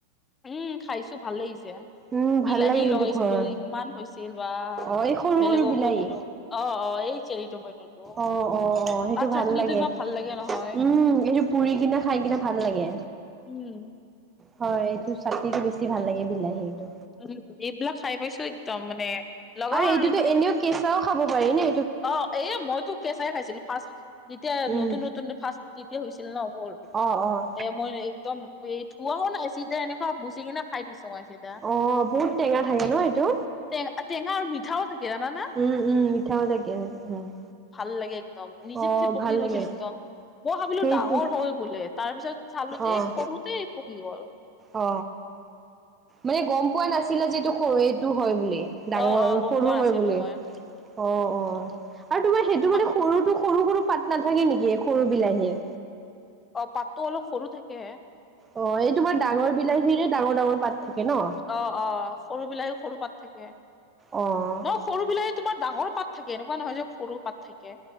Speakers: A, on the left; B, on the right.
A: উম, খাইছো ভাল লাগিছে।
B: উম
A: বিলাহী
B: ভাল লাগে কিন্তু
A: লগাইছিলো
B: ঘৰৰ
A: ইমান হৈছিল বা
B: অ এই সৰু
A: বেলেগকো
B: সৰু বিলাহী
A: দিলো। অ, অ, এই চেৰি টমেটৰটো
B: অ অ অ সেইটো
A: তাৰ চাটনিটো
B: ভাল লাগে
A: ইমান ভাল লাগে নহয়।
B: উম এইটো পুৰি কিনে খাই কিনে ভাল লাগে।
A: উম।
B: হয়। এইটো চাটনিটো বেছি ভাল লাগে, বিলাহীটো।
A: উম' এইবিলাক চাই পাইছো একদম মানে লগা
B: আৰু এইটোতো
A: মানে
B: এনেও কেঁচাও খাব পাৰি নে
A: অ, এ মইতো কেঁচাই খাইছিলো ফাৰ্ষ্ট। যেতিয়া
B: উম।
A: নতুন-নতুন ফাৰ্ষ্ট, যেতিয়া হৈছিল ন মোৰ,
B: অ', অ',
A: তে মই একদম এ ধুৱাও নাই, চিধা এনেকুৱা মুচি কিনে খাই দিছো মই। চিধা।
B: অ, বহুত টেঙা থাকে ন এইটো।
A: টেঙা-টেঙা আৰু মিঠাও থাকে জানানে।
B: উম-উম, মিঠাও থাকে। উম'
A: ভাল লাগে একদম, নিজে-নিজে
B: অ',
A: পকি
B: ভাল
A: গৈছিল
B: লাগে
A: একদম। মই ভাবিলোঁ
B: সেইটো
A: ডাঙৰ হ'ল বোলে, তাৰ পিছত চালোঁ যে
B: অ',
A: সৰুতে পকি গ'ল।
B: অ, মই গম পোৱা নাছিলোঁ যে, এইটো সৰু এইটো হয় বুলি। ডাঙৰ
A: অ', অ', গম
B: সৰু
A: পোৱা নাছিলো
B: হয় বুলি।
A: মই
B: অ-অ, আৰু তোমাৰ সেই
A: <unintelligible> তোমাৰ
B: সৰুতো সৰু-সৰু পাত নাথাকে নেকি, সৰু বিলাহীৰ।
A: অ, পাততো অলপ সৰু থাকে।
B: অ, এই তোমাৰ ডাঙৰ বিলাহীৰে ডাঙৰ- ডাঙৰ পাত থাকে ন।
A: অ-অ, সৰু বিলাহীৰো সৰু পাত থাকে।
B: অ'।
A: ন সৰু বিলাহী তোমাৰ ডাঙৰ পাত থাকে। এনেকুৱা নহয় যে সৰু পাত থাকে।